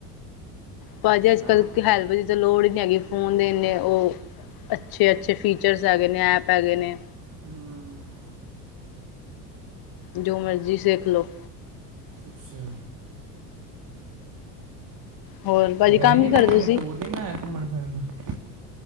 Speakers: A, on the left; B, on the right.
A: ਪਾਜੀ ਅੱਜ-ਕੱਲ੍ਹ
B: ਤਾਂ
A: ਹੈਲਪ ਦੀ ਤਾਂ ਲੋੜ ਹੀ ਨਹੀਂ ਹੈਗੀ ਫੋਨ ਦੇ ਇੰਨੇ ਉਹ ਅੱਛੇ-ਅੱਛੇ ਫੀਚਰਸ ਹੈਗੇ ਨੇ ਐਪ ਹੈਗੇ ਨੇ।
B: ਹਾਂ।
A: ਜੋ ਮਰਜ਼ੀ ਸਿੱਖ ਲੋ।
B: ਅੱਛਾ।
A: ਹੋਰ ਭਾਜੀ
B: ਗਏ
A: ਕੰਮ
B: ਨੀ
A: ਕੀ ਕਰਦੇ
B: ਫੇਰ ਕਿਤੇ
A: ਤੁਸੀਂ?
B: ਟੂਰ ਨੀ ਬਨਾਇਆ ਘੁੰਮਣ ਫਿਰਨ ਦਾ